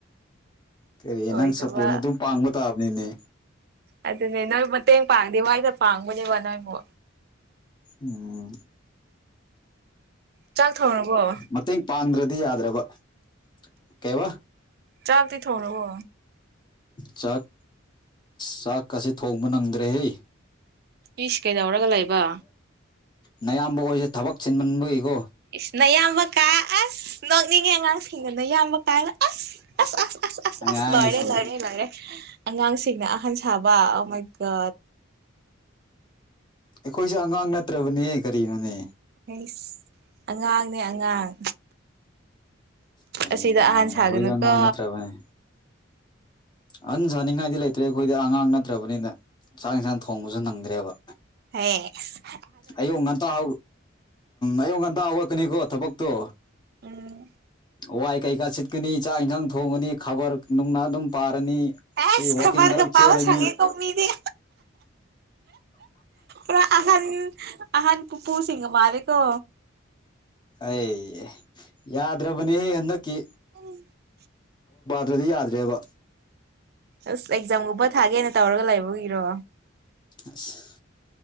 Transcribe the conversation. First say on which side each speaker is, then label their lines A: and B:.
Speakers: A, on the left; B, on the right.
A: ꯀꯔꯤ
B: ꯑꯣꯏꯗꯕ
A: ꯅꯪ ꯁꯞꯄꯣꯔꯠꯅꯦ ꯑꯗꯨꯝ ꯄꯥꯡꯕ ꯇꯥꯕꯅꯤꯅꯦ
B: ꯑꯗꯨꯅꯦ ꯅꯣꯏ ꯃꯇꯦꯡ ꯄꯥꯡꯗꯤꯦ ꯋꯥꯏꯗ ꯄꯥꯡꯕꯅꯦꯕ ꯅꯣꯏꯕꯨ
A: ꯎꯝ
B: ꯆꯥꯛ ꯊꯧꯅꯕꯣ
A: ꯃꯇꯦꯡ ꯄꯥꯡꯗ꯭ꯔꯗꯤ ꯌꯥꯗ꯭ꯔꯕ ꯑꯣ ꯀꯦꯕ
B: ꯆꯥꯛꯇꯤ ꯊꯣꯡꯔꯕꯣ
A: ꯆꯥꯛ ꯆꯥꯛꯀꯁꯦ ꯊꯣꯡꯕ ꯅꯪꯗ꯭ꯔꯦꯍꯦ
B: ꯢꯁ ꯀꯩꯗꯧꯔꯒ ꯂꯩꯕ
A: ꯅꯌꯥꯝꯕꯈꯣꯏꯁꯦ ꯊꯕꯛ ꯁꯤꯟꯃꯟꯕꯒꯤꯀꯣ
B: ꯏꯁꯅ ꯑꯌꯥꯝꯕ ꯀꯥꯔꯛ ꯑꯁ ꯅꯣꯛꯅꯤꯡꯉꯦ ꯑꯉꯥꯡꯁꯤꯡꯗꯨꯅ ꯏꯌꯥꯝꯕ ꯀꯥꯔꯛ ꯑꯁ ꯑꯁ ꯑꯁ ꯑꯁ ꯑꯁ
A: ꯑꯉꯥꯡꯁꯤꯡ
B: ꯑꯁ ꯂꯣꯢꯔꯦ ꯂꯣꯢꯔꯦ ꯂꯣꯢꯔꯦ ꯑꯉꯥꯡꯁꯤꯡꯅ ꯑꯍꯟ ꯁꯥꯕ ꯑꯃꯀ
A: ꯑꯩꯈꯣꯏꯁꯦ ꯑꯉꯥꯡ ꯅꯠꯇ꯭ꯔꯕꯅꯦ ꯀꯔꯤꯅꯣꯅꯦ
B: ꯑꯩꯁ ꯑꯉꯥꯡꯅꯦ ꯑꯉꯥꯡ
A: ꯀꯔꯤ
B: ꯑꯁꯤꯗ
A: ꯑꯉꯥꯡ
B: ꯑꯍꯥꯟ ꯁꯥꯒꯅꯨꯀ
A: ꯑꯩꯈꯣꯏꯗꯤ ꯑꯉꯥꯡ ꯅꯠꯇ꯭ꯔꯕꯅꯤ ꯑꯍꯟ ꯆꯅꯤꯡꯉꯥꯏꯗꯤ ꯂꯩꯇ꯭ꯔꯦ ꯑꯩꯈꯣꯏꯗ ꯑꯉꯥꯡ ꯅꯠꯇ꯭ꯔꯕꯅꯤꯅ ꯆꯥꯛ ꯌꯦꯟꯁꯥꯡ ꯊꯣꯡꯕꯁꯨ ꯅꯪꯗ꯭ꯔꯦꯕ
B: ꯍ <inaudible>
A: ꯑꯌꯨꯛ ꯉꯟꯇꯥ ꯎ ꯑꯌꯨꯛ ꯉꯟꯇꯥ ꯍꯧꯔꯛꯀꯅꯤꯀꯣ ꯊꯕꯛꯇꯣ
B: ꯎꯝ
A: ꯋꯥꯋꯥꯏ ꯀꯩꯀꯥ ꯁꯤꯠꯀꯅꯤ ꯆꯥꯛ ꯏꯟꯁꯥꯡ ꯊꯣꯡꯉꯅꯤ ꯈꯕꯔ ꯅꯨꯡꯅ ꯑꯗꯨꯝ ꯄꯥꯔꯅꯤ
B: ꯑꯦꯁ
A: ꯀꯔꯤ
B: ꯈꯕꯔꯒ
A: ꯋꯥꯀꯤꯡ ꯀꯔꯞ
B: ꯄꯥꯕ
A: ꯆꯌꯂꯅꯤ
B: ꯁꯪꯉꯦꯀꯣ ꯃꯤꯗꯤ ꯑꯣ ꯑꯍꯜ ꯑꯍꯜ ꯄꯨ ꯄꯨꯁꯤꯡꯒ ꯃꯥꯔꯀꯣ
A: ꯑꯩ ꯌꯥꯗ꯭ꯔꯕꯅꯤ ꯍꯗꯀꯤ
B: ꯎꯝ <inaudible>
A: ꯇ꯭ꯔꯗꯤ ꯌꯥꯗ꯭ꯔꯦꯕ
B: ꯑꯁ ꯑꯦꯛꯖꯥꯝꯒꯨꯝꯕ ꯊꯥꯒꯦꯅ ꯇꯧꯔꯒ ꯂꯩꯕꯒꯤꯔꯣ
A: ꯑꯁ <inaudible>